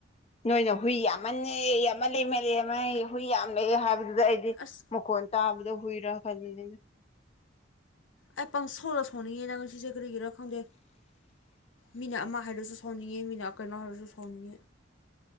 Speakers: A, on the left (about 35°); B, on the left (about 80°).
A: ꯅꯣꯏꯅ ꯍꯨꯏ ꯌꯥꯝꯃꯜꯅꯦ ꯌꯥꯝꯃꯜꯂꯦ ꯌꯝꯃꯜꯂꯦ ꯍꯨꯏ ꯌꯥꯝ ꯂꯩꯑꯦ ꯍꯥꯏꯕꯗꯨꯗ ꯑꯩ
B: ꯑꯁ
A: ꯃꯈ‌ꯣꯟ ꯇꯥꯕꯗꯣ ꯍꯨꯏꯔ ꯈꯜꯂꯤꯅꯤ꯫
B: ꯑꯩ ꯄꯪꯁꯥꯎꯗ ꯁꯥꯎꯅꯤꯡꯏꯗ ꯉꯁꯤꯁꯦ ꯀꯔꯤꯒꯤꯔ ꯈꯪꯗꯦ꯫ ꯃꯤꯅ ꯑꯃ ꯍꯥꯏꯔꯁꯨ ꯁꯥꯎꯅꯤꯡꯉꯦ ꯃꯤꯅ ꯀꯩꯅꯣ ꯍꯥꯏꯔꯁꯨ ꯁꯥꯎꯅꯤꯡꯉꯦ꯫